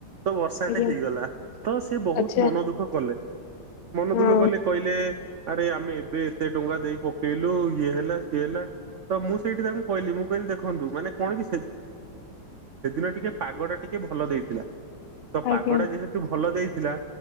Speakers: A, on the right; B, on the left.
A: ତ ବର୍ଷାଟେ
B: ଆଜ୍ଞା।
A: ହେଇଗଲା ତ ସିଏ ବହୁତ
B: ଆଚ୍ଛା
A: ମନ ଦୁଃଖ କଲେ। ମନଦୁଃଖ
B: ହଁ
A: କଲେ କହିଲେ ଆରେ ଆମେ ଏବେ ଏତେ ଟଙ୍କା ଦେଇ ପକେଇଲୁ ଇଏ ହେଲା ସିଏ ହେଲା ତ ମୁଁ ସେଇଠି ତାଙ୍କୁ କହିଲି ମୁଁ କହିଲି ଦେଖନ୍ତୁ ମାନେ କଣ କି ସେ ସେଦିନ ଟିକେ ପାଗଟା ଟିକେ ଭଲ ଦେଇଥିଲା। ତ
B: ଆଜ୍ଞା
A: ପାଗଟା ଯେହେତୁ ଭଲ ଦେଇଥିଲା